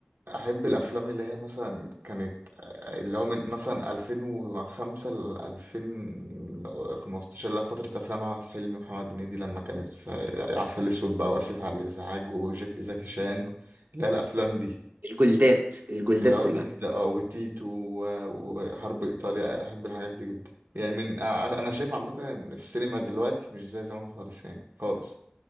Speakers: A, on the right; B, on the right.
A: احب
B: مم.
A: الافلام اللي هي مثلا كانت آه، اللي هو من مثلا 2005 ل 2015 اللي هي فتره افلام احمد حلمي ومحمد هنيدي لما كانت في عسل اسود بقى واسف على الازعاج وجاك زكي شان اللي هي الافلام دي
B: الجلدات الجلدات
A: اللي هو
B: كلها
A: الجيل ده اه وتيتو و- وحرب ايطاليا احب الحاجات دي جدا يعني من انا أنا شايف عامه إن السينما دلوقتي مش زي زمان خالص يعني خالص